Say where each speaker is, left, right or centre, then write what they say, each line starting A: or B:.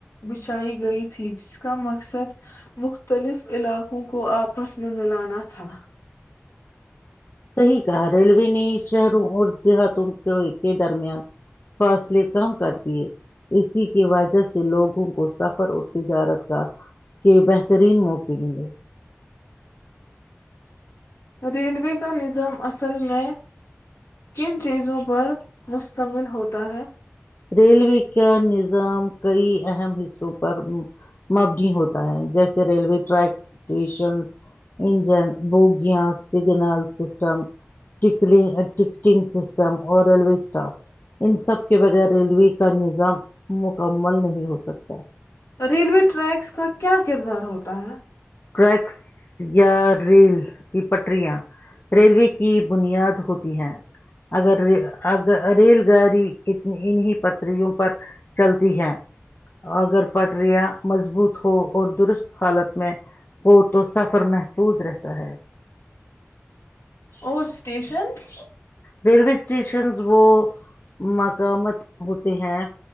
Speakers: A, on the left; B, on the left.
A: بچھائی گئی تھی جس کا مقصد مختلف علاقوں کو آپس مولانا تھا
B: صحیح کہا ریلوے نے شہروں اور دیہاتوں کے کے درمیان فاصلے کم کر دیے اسی کی وجہ سے لوگوں کو سفر اور تجارت کا کہ بتر بہترین موقع ملے
A: ریلوے کا نظام اصل میں کن چیزوں پر مشتمل ہوتا ہے
B: ریلوے کا نظام کئی اہم حصوں پر مبنی ہوتا ہے جیسے ریلوے ٹریک اسٹیشن انجن بوگیاں سگنل سسٹم ٹکٹنگ سسٹم اور ریلوے اسٹاف ان سب کے بغیر ریلوے کا نظام مکمل نہیں ہو سکتا
A: ریلوے ٹریکس کا کیا کردار ہوتا ہے
B: ٹریکس یا ریل کی پٹریاں ریلوے کی بنیاد ہوتی ہے اگر اگر ریل گاڑینی انیں پٹریوں پر چلتی ہے اگر پٹریاں مضبوط ہو اور درست حالت میں وہ تو سفر محفوظ رہتا ہے
A: اور اسٹیشنس
B: ریلوے اسٹیشنز وہ مقامات ہوتے ہیں